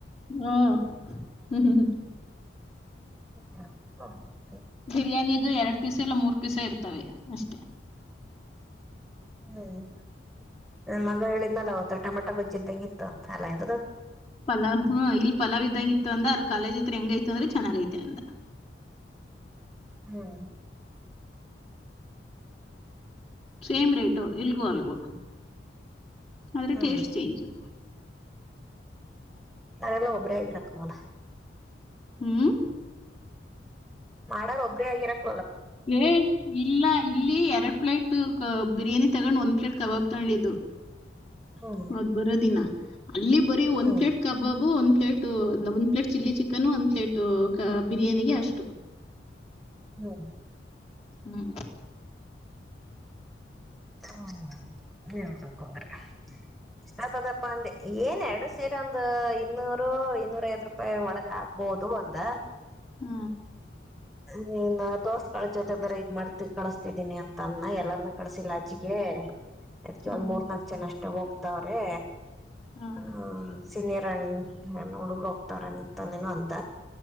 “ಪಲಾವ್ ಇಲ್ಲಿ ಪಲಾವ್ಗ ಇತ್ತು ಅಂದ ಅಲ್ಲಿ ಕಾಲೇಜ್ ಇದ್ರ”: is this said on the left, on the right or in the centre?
Left